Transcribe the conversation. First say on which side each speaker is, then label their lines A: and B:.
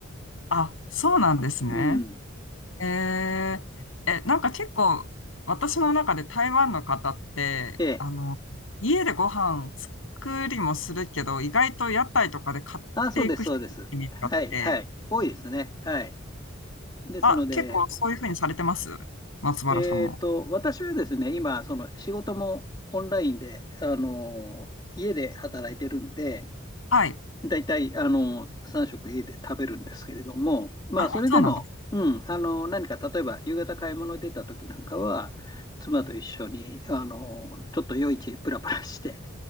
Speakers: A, on the left; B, on the left.
A: あ、そうなんですね。
B: うん。
A: えー、え、なんか結構私の中で台湾の方ってあの家でご飯作りもするけど意外と屋台とかで買っていく人のイメージがあって
B: ええ。あ、そうです、そうです。はい、はい。多いですね。はい。ですので、
A: あ結構そういうふうにされてます松原さんも。
B: えっと、私はですね、今、その仕事もオンラインで、あの、家で働いてるんで、
A: はい
B: だいたい、あの、3食家で食べるんですけれども、まあ、
A: あそうなんです、
B: それでも、うん、あの、何か、例えば、夕方買い物に出た時なんかは、妻と一緒に、あの、ちょっと夜市プラプラして、